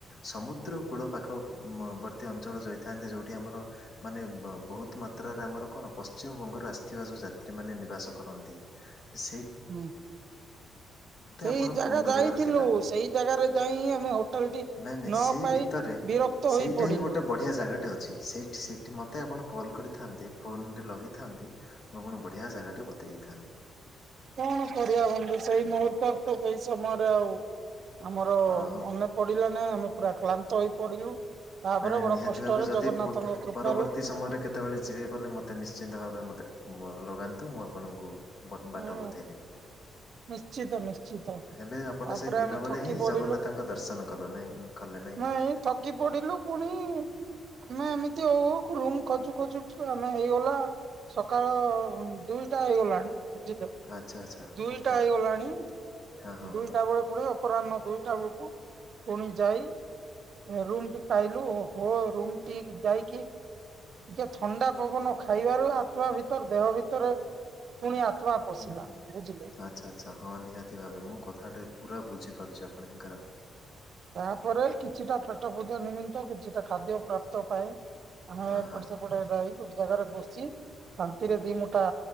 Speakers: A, on the left; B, on the right.
A: ସମୁଦ୍ର କୂଳ ପାଖ ମ ବର୍ତ୍ତୀ ଅଞ୍ଚଳ ଯାଇଥାନ୍ତେ ଯେଉଁଠି ଆମର ମାନେ ବହୁତ ମାତ୍ରାରେ ଆମର କଣ ପଶ୍ଚିମବଙ୍ଗରୁ ଆସ୍ ଥିବା ଯଉ ଯାତ୍ରୀ ମାନେ ନିବାସ କରନ୍ତି। ସେ
B: ହୁଁ। ସେଇ
A: ଆପଣ
B: ଜାଗା
A: ଫୋନ୍ କରିବାର
B: ଯାଇଥିଲୁ,
A: ଥିଲା
B: ସେଇ ଜାଗାରେ ଯାଇ ଆମେ ହୋଟ୍ ହଟଲଟି ନ
A: ନାଇଁ ନାଇଁ ସେଇ
B: ପାଇ
A: ଭିତରେ
B: ବିରକ୍ତ
A: ସେଇଟା
B: ହୋଇ ପଡିଲୁ।
A: ହିଁ ଗୋଟେ ବଢ଼ିଆ ଜାଗାଟେ ଅଛି, ସେଇଠି ସେଇଠି ମୋତେ ଆପଣ କଲ୍ କରିଥାନ୍ତେ ଫୋନଟି ଲଗେଇଥାନ୍ତେ ମୁଁ ଆପଣଙ୍କୁ ବଢିଆ ଜାଗା ଟେ ବତେଇ ଦେଇ ଥାଆନ୍ତି।
B: କଣ କରିଆ ବନ୍ଧୁ ସେଇ ମୁହୂର୍ତ୍ତରେ ତ ସେଇ ସମୟରେ ଆଉ ଆମର
A: ହଁ ହଁ
B: ମନ
A: ହଁ।
B: ପଡିଲାନାଇ ଆମେ ପୁରା ଆକ୍ଲାନ୍ତ ହେଇ ପଡିଲୁ। ତାପରେ
A: ନାଇ
B: ବଡ
A: ନିହାତି
B: କଷ୍ଟରେ
A: ଭାବେ ଯଦି
B: ଜଗନ୍ନାଥଙ୍କ
A: ପ
B: କୃପାରୁ
A: ପରବର୍ତ୍ତୀ ସମୟରେ କେତ୍ କେତେବେଳେ ଯିବେ ଗଲେ ମୋତେ ନିଶ୍ଚିନ୍ତ ଭାବେ ମୋତେ ମ ଲଗାନ୍ତୁ ମୁଁ ଆପଣଙ୍କୁ <unintelligible> ବାଟ
B: ହୁଁ
A: ବତେଇଦେବି।
B: ନିଶ୍ଚିତ ନିଶ୍ଚିତ
A: ହେଲେ ଆପଣ
B: ତାପରେ
A: ସେଇ ଦିନ
B: ଆମେ
A: ବେଳେ
B: ଥକି
A: ହିଁ
B: ପଡିଲୁ।
A: ଜଗନ୍ନାଥଙ୍କର ଦର୍ଶନ କଲ ନାହିଁ କଲେ ନାହିଁ
B: ନାଇଁ
A: କି?
B: ଥକି ପଡିଲୁ ପୁଣି ଆମେ ଏମିତି ହଉ ହଉ ରୁମ ଖୋଜୁ ଖୋଜୁ ଆମେ ହେଇଗଲା ସକାଳ ଦୁଇଟା ହେଇଗଲାଣି। ବୁଝିଲ
A: ଆଚ୍ଛା ଆଚ୍ଛା
B: ଦୁଇଟା
A: ଓକେ
B: ହେଇଗଲାଣି,
A: ଓକେ ହଁ ହଁ
B: ଦୁଇଟା
A: ହଁ
B: ଗୋଡ ପୁରା ଅପରାହ୍ନ ଦୁଇଟା ବେଳକୁ ପୁଣି ଯାଇ ଓ ରୁମ ଟି ପାଇଲୁ ହୋ ରୁମ ଟିକ ଯାଇକି ଟିକିଏ ଥଣ୍ଡା ପବନ ଖାଇବାରୁ ଆତ୍ମା ଭିତରେ ଦେହ ଭିତରେ ପୁଣି ଆତ୍ମା ପଶିଲା
A: ହୁଁ ହୁଁ
B: ବୁଝିଲେ
A: ଆଚ୍ଛା ଆଚ୍ଛା ହଁ ନିହାତି ଭାବେ ମୁଁ କଥାଟାଏ ପୁରା ବୁଝିପାରୁଛି ଆପଣଙ୍କର।
B: ତାପରେ କିଛିଟା ପେଟ ପୂଜା ନିମିତ କିଛିଟା ଖାଦ୍ୟ ପ୍ରାପ୍ତ ପାଇଁ ଆମେ
A: ହଁ
B: ଏପଟ
A: ହଁ
B: ସେପଟ
A: ହଁ।
B: ହେବାବି ଜାଗାରେ ବସି ଶାନ୍ତିରେ ଦି ମୁଠା